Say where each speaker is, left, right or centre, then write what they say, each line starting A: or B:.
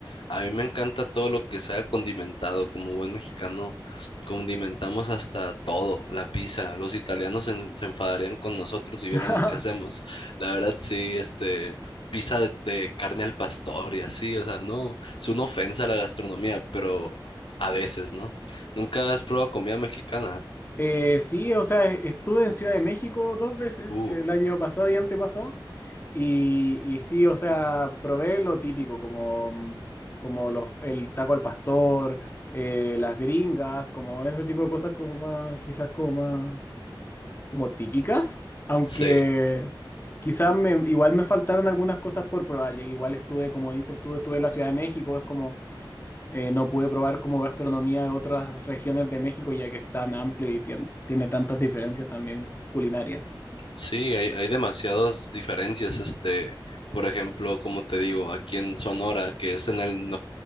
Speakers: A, on the left (about 85°); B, on the left (about 25°).
A: A mí me encanta todo lo que sea condimentado. Como buen mexicano, condimentamos hasta todo, la pizza. Los italianos se, en- se enfadarían con nosotros si vieran
B: <laughs>
A: lo que hacemos. La verdad, sí, este, pizza de, de carne al pastor y así. O sea, no, es una ofensa a la gastronomía, pero a veces, ¿no? ¿Nunca has probado comida mexicana?
B: Eh, sí, o sea, e- estuve en Ciudad de México dos veces,
A: Uh,
B: el año pasado y antepasado, y, y sí, o sea, probé lo típico, como, mm, como los, el taco al pastor, eh, las gringas, como ese tipo de cosas como más, quizás como más, como típicas, aunque
A: sí.
B: quizás me, igual me faltaron algunas cosas por probar, ya que igual estuve, como dices, estuve, estuve en la Ciudad de México, es como... Eh, no pude probar como gastronomía de otras regiones de México, ya que es tan amplio y tien- tiene tantas diferencias también culinarias.
A: Sí, hay, hay demasiadas diferencias. Este, por ejemplo, como te digo, aquí en Sonora, que es en el